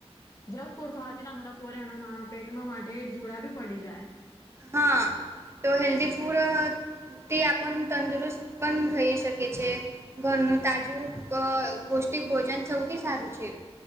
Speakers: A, on the left; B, on the right.
A: જંક ફૂડ ખાતી ના થડા પોરેના પેટમાં માટે જોુડા બી પડી જાય. <inaudible>
B: હા તો હેલ્ધી ફૂડથી આપણ તંદુરસ્ત પણ રહી શકે છે. ઘરનું તાજું પૌષ્ટિક ભોજન સૌથી સારું છે.